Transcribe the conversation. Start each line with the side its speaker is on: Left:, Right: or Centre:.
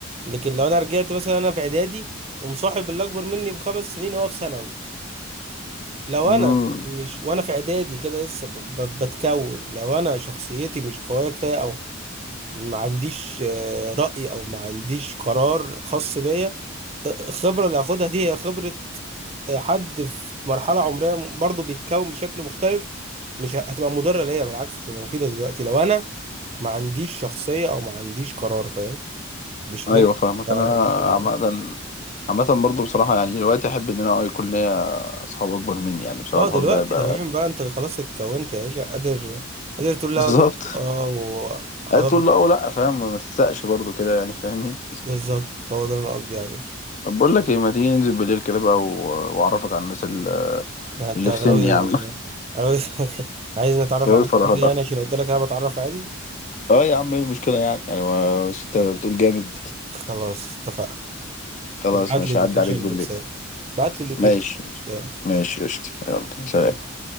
Right: لكن لو أنا رجعت مثلا أنا في إعدادي ومصاحب اللي أكبر مني بخمس سنين وهو في ثانوي لو
Left: امم
Right: أنا مش وأنا في إعدادي كده لسه ب... ب... بتكون لو أنا شخصيتي مش قوية كفاية أو ما عنديش آه، رأي أو ما عنديش قرار خاص بيا الخبرة اللي هاخدها دي هي خبرة آه، حد في مرحلة عمرية برضه بيتكون بشكل مختلف مش هتبقى مضرة ليا بالعكس تبقى مفيدة دلوقتي لو أنا ما عنديش شخصية أو ما عنديش قرار فاهم مش
Left: ايوه
Right: ملك
Left: فاهمك
Right: قرار
Left: انا
Right: يعني
Left: عامة عامة برضه بصراحة يعني دلوقتي احب ان انا آه، يكون ليا اصحاب اكبر مني يعني بصراحة
Right: اه
Left: الحوار
Right: دلوقتي
Left: ده هيبقى
Right: تمام بقى انت خلاص اتكونت يا باشا قادر قادر تقول لا
Left: <laughs> بالظبط
Right: قادر تقول اه وخلاص
Left: قال تقول لا ولا فاهم ما تتسقش برضه كده يعني فاهمني
Right: بالظبط هو ده اللي انا قصدي عليه
Left: طب بقول لك ايه ما تيجي ننزل بالليل كده بقى و... واعرفك على الناس اللي,
Right: يعني انت
Left: اللي
Right: غاوي
Left: في سني يا عم
Right: غاوي <laughs> عايز نتعرف
Left: <laughs> يا
Right: على ناس
Left: فرهدة
Right: جديدة يعني عشان قلت لك انا بتعرف عادي
Left: اه يا عم ايه المشكلة يعني يعني ما- مش انت بتقول جامد
Right: خلاص اتفقنا
Left: خلاص
Right: ابعت
Left: ماشي
Right: لي اللوكيشن
Left: هعدي عليك بالليل
Right: واتساب ابعت لي اللوكيشن
Left: ماشي ماشي
Right: يلا
Left: ماشي قشطة يلا سلام